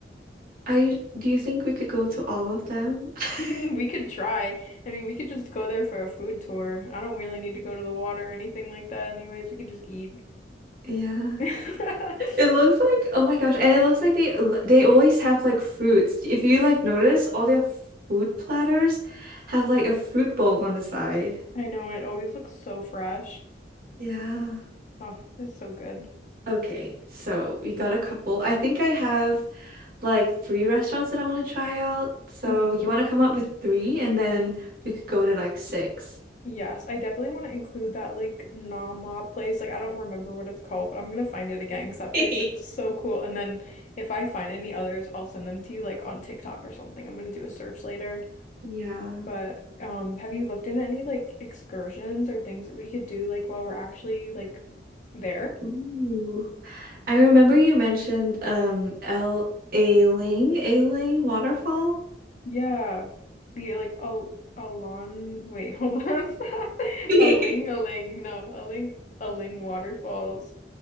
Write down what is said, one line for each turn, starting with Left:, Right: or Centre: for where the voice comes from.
Right: I do you think we could go to all of them? <laughs>
Left: <laughs> We could try. I mean, we could just go there for a food tour. I don't really need to go to the water or anything like that anyways. We could just eat.
Right: Yeah.
Left: <laughs>
Right: It looks like oh my gosh, and it looks like they l- they always have like fruits. If you like notice, all their food platters have like a fruit bowl on the side.
Left: I know it always looks so fresh.
Right: Yeah.
Left: Oh, it's so good.
Right: Okay, so we got a couple. I think I have like three restaurants that I want to try out. So
Left: Yeah.
Right: you want to come up with three and then we could go to like six.
Left: Yes, I definitely want to include that like Nama place. Like I don't remember what it's called, but I'm gonna find it again because that
Right: <laughs>
Left: place looked so cool. And then if I find any others, I'll send them to you like on TikTok or something. I'm gonna do a search later.
Right: Yeah.
Left: But um, have you looked into any like excursions or things that we could do like while we're actually like there?
Right: Ooh. I remember you mentioned um L A Ling, A Ling waterfall.
Left: Yeah. The like a Alon wait, hold on. <laughs>
Right: <laughs>
Left: Aling Aling. No, Aling Aling waterfalls.